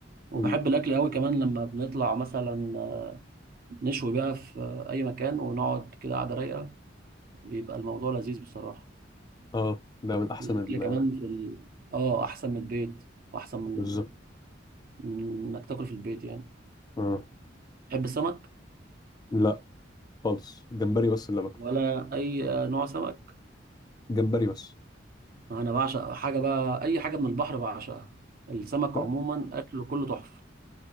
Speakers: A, on the right (about 50°); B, on the left (about 20°).
A: وبحب
B: مم.
A: الاكل قوي كمان لما بنطلع مثلا نشوي بقى في اي مكان ونقعد كده قعده رايقه بيبقى الموضوع لذيذ بصراحه
B: اه ده من احسن
A: الاكل
B: ال-
A: كمان في ال... اه احسن من البيت واحسن من
B: بالظبط
A: من انك تاكل في البيت يعني
B: اه
A: تحب السمك
B: لا خالص جمبري بس اللي باكله
A: ولا اي نوع سمك
B: جمبري بس
A: انا بعشق حاجه بقى اي حاجه من البحر بعشقها السمك
B: لا
A: عموما اكله كله تحفه